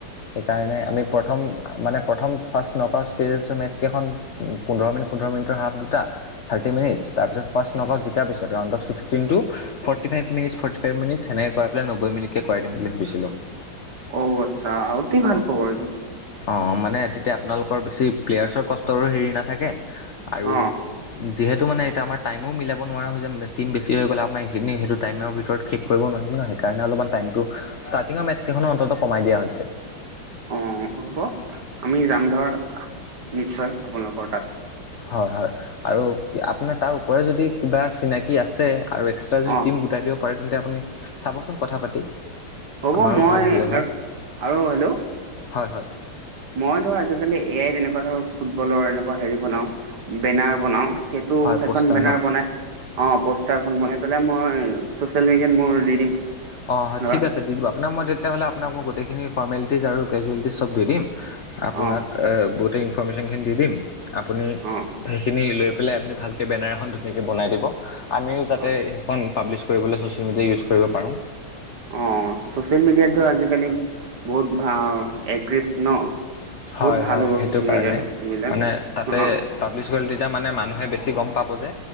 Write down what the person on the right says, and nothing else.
উম
অঔ আচ্ছা অতি ভাল খবৰ এইটো।
অ
অ হ'ব আমি যাম ধৰ নিশ্চয় আপোনালোকৰ তাত
অ
হ'ব
মই
আৰু
আৰু হেল্ল
মই ধৰ আজিকালি এআইত এনেকুৱা ধৰ ফুটবলৰ এনেকুৱা হেৰি বনাও বেনাৰ বনাও টো
সেইখন
বেনাৰ
বনাই অ প'ষ্টাৰখন বনাই পেলাই মই চচিয়েল মিডিয়াত মোৰ দি দিম
ধৰা
অ
অ
অ
অ চোচিয়েল মিডিয়াত ধৰ আজিকালি বহুত ভ এগ্ৰিভ ন বহুত
ভাল
হ'ব
চচিয়েল
মিডিয়াটো এইবিলাক
অ